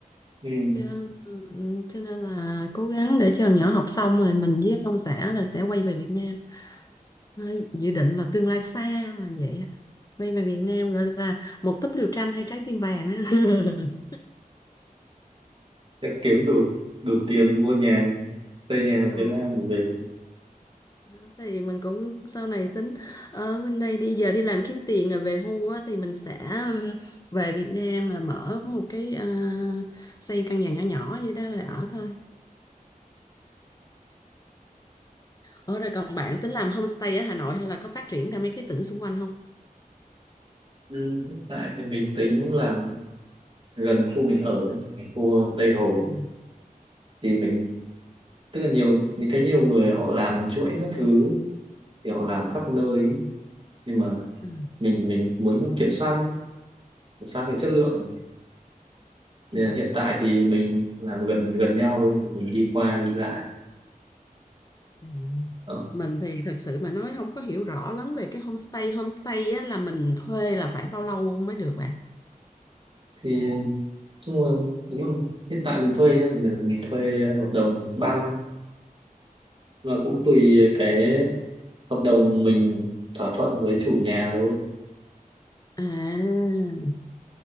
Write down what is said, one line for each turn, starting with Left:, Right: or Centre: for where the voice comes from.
Right: Ừ.
Left: cho, ừ, cho nên là cố gắng để cho thằng nhỏ học xong rồi mình với ông xã là sẽ quay về Việt Nam Đấy, dự định là tương lai xa là vậy á. quay về Việt Nam gọi là một túp lều tranh hay trái tim vàng á. <laughs>
Right: Chắc kiếm đủ đủ tiền mua nhà, xây nhà ở Việt
Left: ừ.
Right: Nam để về.
Left: Đó, thì mình cũng sau này tính ở bên đây đi giờ đi làm kiếm tiền rồi về hưu á, thì mình sẽ um, về Việt Nam là mở một cái ờ, xây căn nhà nhỏ nhỏ vậy đó rồi ở thôi. Ở rồi còn bạn tính làm homestay ở Hà Nội hay là có phát triển ra mấy cái tỉnh xung quanh không?
Right: Ừ. Hiện tại thì mình tính làm gần khu mình ở ấy, cái khu Tây Hồ
Left: Ừ,
Right: thì mình tức là nhiều mình thấy nhiều người họ làm chuỗi các thứ, thì họ làm khắp nơi ấy. Nhưng mà
Left: ừ,
Right: mình mình muốn kiểm soát kiểm soát cái chất lượng Nên
Left: ừ,
Right: là hiện tại thì mình làm gần gần nhau thôi, mình đi qua đi lại.
Left: ừ.
Right: Đó.
Left: Mình thì thật sự mà nói không có hiểu rõ lắm về cái homestay. Homestay á, là mình thuê là phải bao lâu mới được bạn?
Right: Thì chung là đúng không? Hiện tại mình thuê nhá, mình thuê hợp đồng 3 năm và cũng tùy cái hợp đồng mình thỏa thuận với chủ nhà thôi.
Left: À.